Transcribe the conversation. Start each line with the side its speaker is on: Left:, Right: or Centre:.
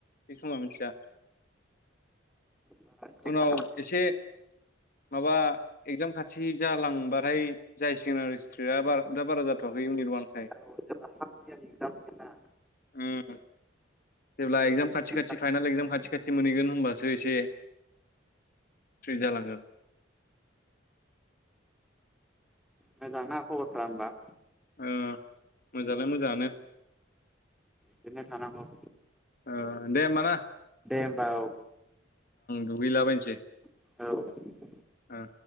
Left: बे खोमा मिथिया।
Centre: बारा स्ट्रिक
Left: उनाव
Centre: खालामाखै आरोना
Left: एसे माबा एक्जाम खाथि जालांबाथाय जायसिगोन आरो स्ट्रिकआ। दा बारा जाथ'आ दाबो इउनिबां खाय।
Centre: औ जेब्ला हाफ इयारलि एगजाम फैगोन ना
Left: उम जेब्ला एक्जाम
Centre: बे
Left: खाथि
Centre: स्ट्रिक
Left: - खाथि
Centre: खालामो
Left: फाइनाल एक्जाम खाथि - खाथि मोनहैगोन होनबासो एसे स्ट्रिक जालांगोन।
Centre: मोजां ना खबरफ्रा ओमबा?
Left: ओ मोजां आलाय मोजाङानो।
Centre: बिदिनो थानांगौ।
Left: ओ दे होमबा ना
Centre: दे होमबा औ
Left: दुगै हैलाबायनोसै
Centre: औ
Left: आ